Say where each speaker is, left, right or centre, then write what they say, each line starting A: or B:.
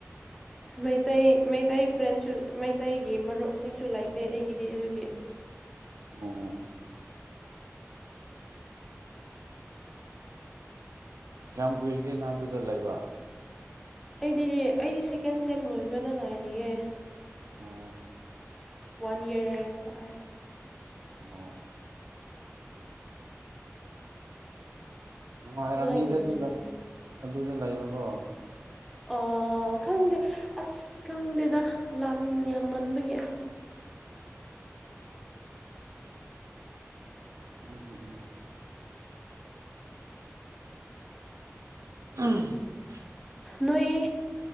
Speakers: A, in the centre; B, on the right (about 90°).
A: ꯃꯩꯇꯩ ꯃ ꯃꯩꯇꯩ ꯐ꯭ꯔꯦꯟꯁꯨ ꯃꯩꯇꯩꯒꯤ ꯃꯔꯨꯞꯁꯤꯡꯁꯨ ꯂꯩꯇꯦ ꯑꯩꯒꯤꯗꯤ ꯑꯗꯨꯒꯤ
B: ꯑꯣ ꯀꯌꯥꯝ ꯀꯨꯏꯔꯒꯦ ꯅꯪ ꯑꯗꯨꯗ ꯂꯩꯕ
A: ꯑꯩꯗꯤ ꯑꯩꯗꯤ ꯁꯦꯀꯦꯟ ꯁꯦꯝ ꯂꯣꯏꯕꯗ ꯉꯥꯏꯔꯤꯌꯦ
B: ꯑꯣ
A: ꯋꯥꯟ ꯌꯔ ꯇꯥꯔꯦ
B: ꯑꯣ ꯅꯨꯡꯉꯥꯏꯔꯝꯅꯤꯗ
A: ꯅꯣꯏꯒꯤ
B: ꯑꯗꯨꯗ
A: ꯖꯨꯅꯤꯌꯔ
B: ꯑꯗꯨꯗ ꯂꯩꯕꯀꯣ
A: ꯑ ꯈꯪꯗꯦ ꯑꯁ ꯈꯪꯗꯦꯗ ꯂꯥꯟ ꯌꯥꯝꯃꯟꯕꯒꯤ
B: ꯎꯝ <unintelligible>
A: ꯅꯣꯏ